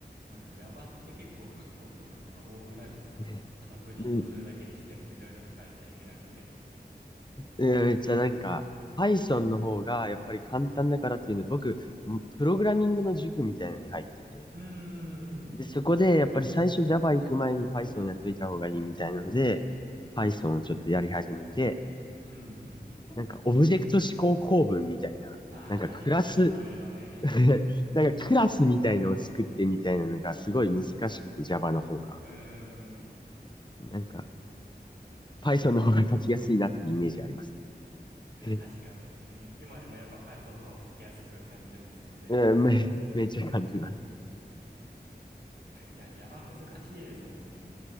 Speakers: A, on the right; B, on the left.
A: なんか Java って結構書くことなんか多くないですかなんかただプリントするだけにしてもいろいろ書かなきゃいけなくて。
B: <laughs> うん、いや、めっちゃなんか、Python の方がやっぱり簡単だからっていうので、僕、んプログラミングの塾みたいなのに入ってて、
A: うー
B: で、
A: ん。
B: そこでやっぱり最初 Java 行く前に Python やっといた方がいいみたいなので、Python をちょっとやり始めて、
A: うんうん。
B: なんかオブジェクト指向構文みたいな、
A: ああ、
B: なんかクラス
A: ありますね、そういうのね。<laughs>
B: <laughs> なんかクラスみたいのを作ってみたいなのがすごい難しくて Java の方が。
A: うーん。
B: なんか Python の方が書きやすいなっていうイメージありますね。<laughs>
A: 確かに。今でもやっぱ Python の方が書きやすく感じるんですかね。
B: うん、め、めっちゃ感じます。
A: いや、Java 難しいですもんね。